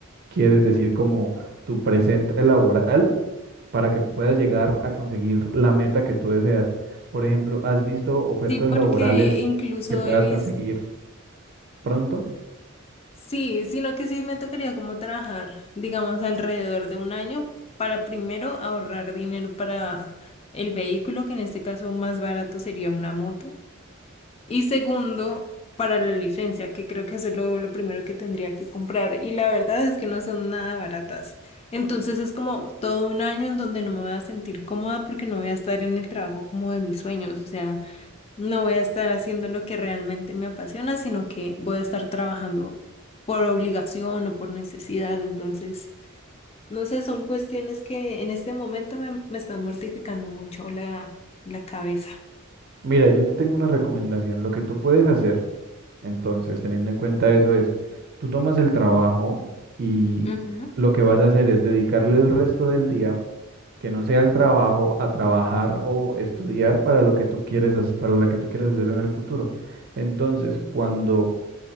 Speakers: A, on the right (about 50°); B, on the left (about 30°).
A: quieres decir como tu presente laboral para que puedas llegar a conseguir la meta que tú deseas. Por ejemplo, ¿has visto ofertas
B: Sí, porque
A: laborales
B: incluso
A: que puedas
B: he visto,
A: conseguir pronto?
B: sí, sino que sí me tocaría como trabajar, digamos, alrededor de un año para primero ahorrar dinero para el vehículo, que en este caso más barato sería una moto. Y segundo, para la licencia, que creo que eso es lo, lo primero que tendría que comprar. Y la verdad es que no son nada baratas. Entonces es como todo un año en donde no me voy a sentir cómoda porque no voy a estar en el trabajo como de mis sueños. O sea, no voy a estar haciendo lo que realmente me apasiona, sino que voy a estar trabajando por obligación o por necesidad. Entonces, no sé, son cuestiones que en este momento me, me están mortificando mucho la, la cabeza.
A: Mira, yo te tengo una recomendación. Lo que tú puedes hacer, entonces, teniendo en cuenta eso, es tú tomas el trabajo y
B: Ujú.
A: lo que vas a hacer es dedicarle el resto del día, que no sea el trabajo, a trabajar o estudiar para lo que tú quieres, hac- para la que tú quieres hacer en el futuro. Entonces, cuando